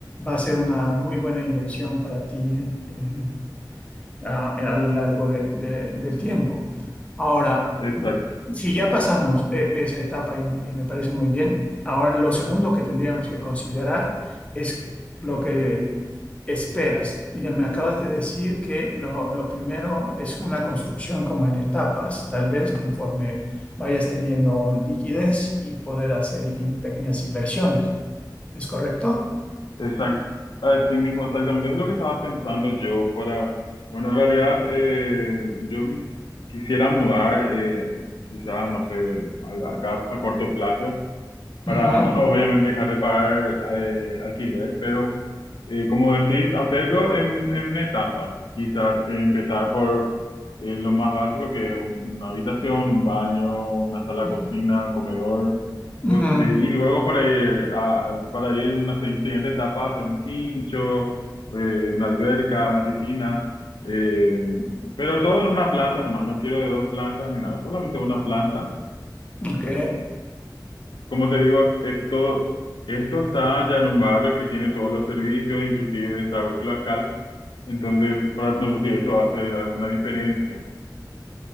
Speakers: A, on the left; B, on the left.
A: va a ser una muy buena inversión para ti. eh, a, a lo largo de- de- del tiempo. Ahora,
B: Exacto,
A: si ya pasamos e- esa etapa y, y me parece muy bien, ahora lo segundo que tendríamos que considerar es lo que esperas. Ya me acabas de decir que lo, lo primero es una construcción como en etapas, tal vez conforme vayas teniendo liquidez y poder hacer in- pequeñas inversiones. ¿Es correcto?
B: exacto. Así mismo, exactamente. Es lo que estaba pensando yo para, bueno, en realidad, eh, yo me- quisiera mudar, eh, quizás, no sé, a, acá a corto plazo. para
A: Ujú,
B: <laughs> obviamente dejar de pagar eh, alquiler, pero eh, como decís, hacerlo en, en etapas. Quizás eh, empezar por eh, lo más básico que es una habitación, un baño, una sala
A: ujú,
B: cocina, comedor,
A: ujú.
B: pues, eh, y luego para ir, a- para ir en una si- siguiente etapa, hacer un quincho, eh, una alberca, una piscina. eh, pero todo en una planta nomás, no quiero de dos plantas ni nada, solamente una planta.
A: Ok.
B: Como te digo, esto, esto está ya en un barrio que tiene todos los servicios, inclusive desagüe cloacal. Entonces, para, no sé si eso hace alguna diferencia.